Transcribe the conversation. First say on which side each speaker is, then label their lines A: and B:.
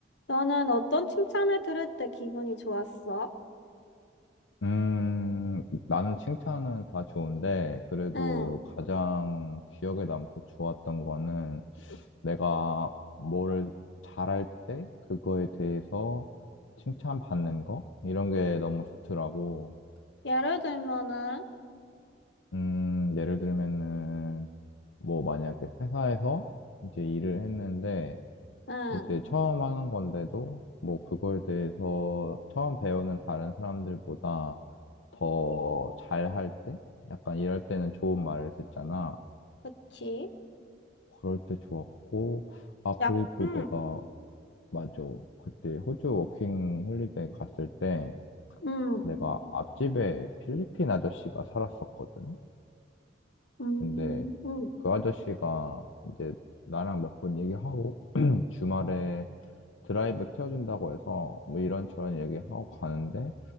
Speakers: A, on the left; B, on the left.
A: 너는 어떤 칭찬을 들을 때 기분이 좋았어?
B: 음, 나는 칭찬은 다 좋은데, 그래도
A: 응.
B: 가장 기억에 남고 좋았던 거는 내가 뭐를 잘할 때 그거에 대해서 칭찬받는 거? 이런 게 너무 좋더라고.
A: 예를 들면은,
B: 음, 예를 들면은, 뭐 만약에 회사에서 이제 일을 했는데,
A: 응.
B: 이제 처음 하는 건데도, 뭐 그거에 대해서 처음 배우는 다른 사람들보다 더 잘할 때? 약간 이럴 때는 좋은 말을 듣잖아.
A: 그치.
B: 그럴 때 좋았고, 아,
A: 약,
B: 그리고
A: 응,
B: 내가, 맞아. 그때 호주 워킹 홀리데이 갔을 때
A: 응,
B: 내가 앞집에 필리핀 아저씨가 살았었거든.
A: 음,
B: 근데
A: 응,
B: 그 아저씨가 이제 나랑 몇 번 얘기하고 <clears throat> 주말에 드라이브 태워준다고 해서 뭐 이런저런 얘기하고 가는데